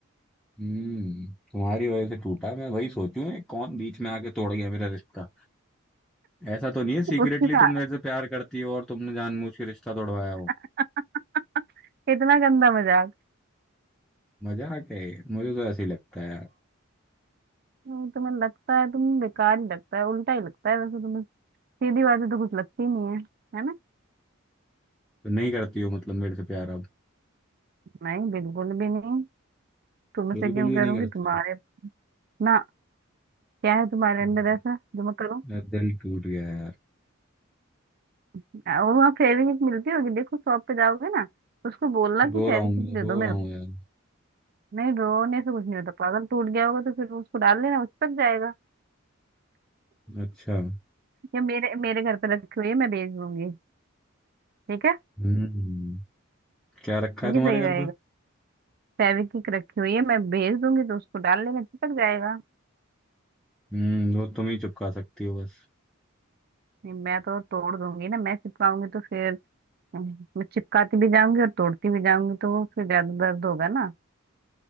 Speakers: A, in the centre; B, on the right (about 45°).
A: हम्म, तुम्हारी वजह से टूटा मैं वही सोचूं ये कौन बीच में आके तोड़ गया मेरा रिश्ता ऐसा तो नहीं है सीक्रेटली
B: उसके साथ
A: तुम मेरे से प्यार करती हो और तुमने जानबूझ के रिश्ता तोड़वाया हो
B: <laughs> इतना गंदा मजाक
A: मजाक है ये। मुझे तो ऐसे ही लगता है यार
B: नहीं, तुम्हें लगता है तुम्हें बेकार ही लगता है उल्टा ही लगता है वैसे तुम्हें सीधी बातें तो कुछ लगती नहीं है है ना
A: तो नहीं करती हो मतलब मेरे से प्यार अब
B: नहीं बिल्कुल भी नहीं तुमसे
A: बिल्कुल
B: क्यों
A: भी
B: करूंगी
A: नहीं करती
B: तुम्हारे ना क्या है तुम्हारे
A: हम्म,
B: अंदर ऐसा जो मैं करूँ
A: मेरा दिल टूट गया यार
B: और वहाँ फेविक्विक मिलती होगी देखो शॉप पे जाओगे ना उसको बोलना कि
A: रो
B: फेविक्विक
A: रहा हूँ मैं
B: दे
A: रो
B: दो मेरे
A: रहा हूँ
B: को
A: यार
B: नहीं रोने से कुछ नहीं होता पागल टूट गया होगा तो फिर उसको डाल लेना उस तक जाएगा
A: अच्छा
B: या मेरे मेरे घर पे रखी हुई है मैं भेज दूंगी ठीक है
A: हम्म क्या रखा
B: ये
A: है तुम्हारे
B: सही रहेगा
A: घर
B: फेविक्विक रखी हुई है मैं भेज दूंगी तो उसको डाल लेना चिपक जाएगा
A: हम्म वो तुम ही चुपका सकती हो बस
B: नहीं मैं तो तोड़ दूंगी ना मैं चिपकाऊंगी तो फिर हम्म, मैं चिपकाती भी जाऊंगी और तोड़ती भी जाऊंगी तो वो फिर ज्यादा दर्द होगा ना